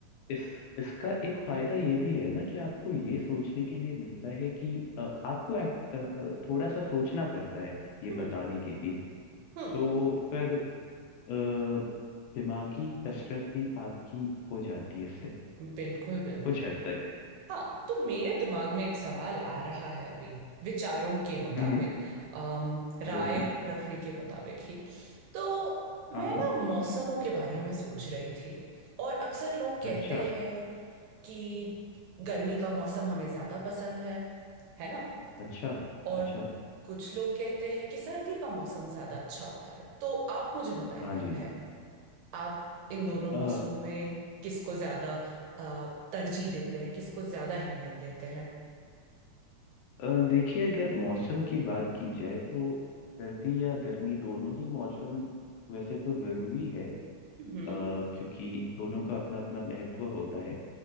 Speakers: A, on the left; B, on the right.
A: इस इसका एक फायदा ये भी है ना कि आपको ये सोचने के लिए मिलता है कि अ, आपको act- अ, अ, थोड़ा सा सोचना पड़ता है ये
B: हम्म
A: बताने के लिए
B: हम्म
A: तो फिर अ, दिमागी कसरत भी आपकी हो जाती है इससे
B: बिल्कुल बिल्कुल
A: कुछ हद तक
B: हाँ तो मेरे दिमाग में एक सवाल आ रहा है अभी विचारों के मुताबिक
A: हम्म
B: अम, राय
A: बिल्कुल
B: रखने के मुताबिक ही तो
A: हाँ
B: मैं
A: हाँ
B: ना मौसमों के बारे में सोच रही थी और अक्सर लोग कहते
A: अच्छा
B: हैं कि गर्मी का मौसम हमें ज्यादा पसंद है है ना
A: अच्छा
B: और
A: अच्छा
B: कुछ लोग कहते हैं कि सर्दी का मौसम ज्यादा अच्छा होता है तो आप मुझे बताइए
A: हाँ जी
B: अब है आप इन दोनों
A: अ,
B: मौसमों में किसको ज्यादा अ, तरजीह देते हैं किसको ज्यादा अहमियत देते हैं
A: अ, देखिए अगर मौसम की बात की जाए तो सर्दी या गर्मी दोनों ही मौसम वैसे तो जरूरी है अ,
B: हम्म
A: क्योंकि दोनों का अपना अपना महत्व होता है